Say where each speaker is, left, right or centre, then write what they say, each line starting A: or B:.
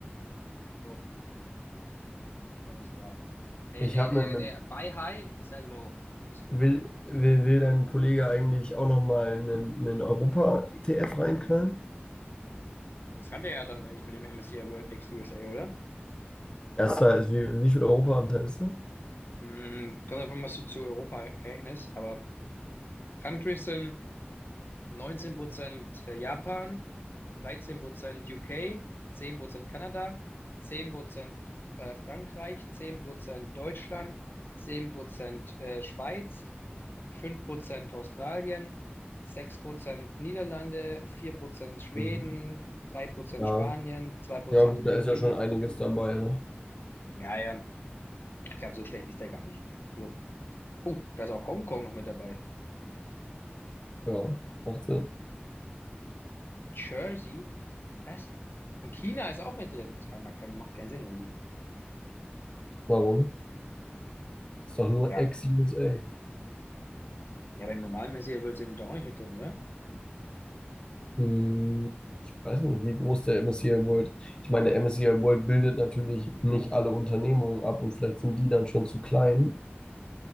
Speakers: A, on the left; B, on the left.
A: So, so muss ich sagen. Nee,
B: Ich
A: nee,
B: habe
A: nee,
B: einen,
A: nee, buy high, sell low. Das ist gut.
B: will, will, will dein Kollege eigentlich auch nochmal einen, einen Europa-ETF reinknallen?
A: Das hatte er ja dann eigentlich mit dem MSCI World ex-USA, oder?
B: Erster, also wie, wie viel Europa-Anteil ist da?
A: Hm, kommt davon, was du zu Europa rechnest, aber Countries sind 19% Japan, 13% UK, Prozent Kanada, 10% äh, Frankreich, 10% Deutschland, 10% äh, Schweiz, 5% Australien, 6% Niederlande, 4% Schweden,
B: Mhm.
A: drei Prozent
B: Ja.
A: Spanien, zwei Prozent
B: Ja, gut,
A: Italien.
B: da ist ja schon einiges dabei. Ja,
A: Ja, ja, ich glaube, so schlecht ist der gar nicht. Also, oh, da ist auch Hongkong noch mit dabei.
B: <laughs> ja macht Sinn.
A: Jersey, was? Und China ist auch mit drin. Das kann, macht keinen Sinn irgendwie.
B: Warum? Ist doch nur
A: Ja,
B: Ex-USA.
A: ja beim normalen Messier-World sind die doch auch nicht mit drin, oder?
B: Hm, ich weiß nicht, wie groß der MSCI World. Ich meine, der MSCI World bildet natürlich nicht alle Unternehmungen ab und vielleicht sind die dann schon zu klein.